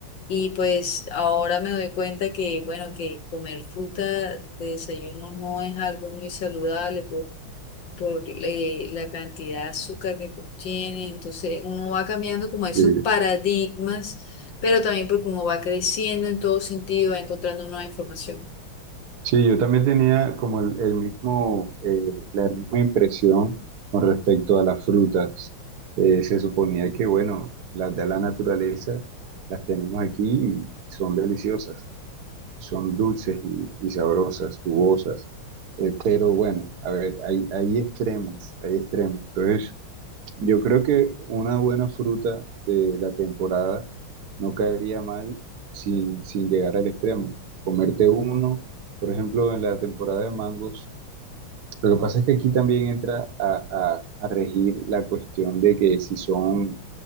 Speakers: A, on the left (about 65°); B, on the right (about 60°).
A: Y pues ahora me doy cuenta que, bueno, que comer fruta de desayuno no es algo muy saludable por, por eh, la cantidad de azúcar que contiene. Entonces uno va cambiando como
B: Sí,
A: esos paradigmas pero también porque uno va creciendo en todo sentido, va encontrando nueva información.
B: Sí, yo también tenía como el, el mismo, eh, la misma impresión con respecto a las frutas. Eh, se suponía que, bueno, las da la naturaleza, las tenemos aquí y son deliciosas, son dulces y, y sabrosas, jugosas. Eh, pero bueno, a ver, hay, hay extremos, hay extremos. Entonces, Yo creo que una buena fruta de la temporada no caería mal sin, sin llegar al extremo. Comerte uno, por ejemplo, en la temporada de mangos. Lo que pasa es que aquí también entra a, a- a regir la cuestión de que si son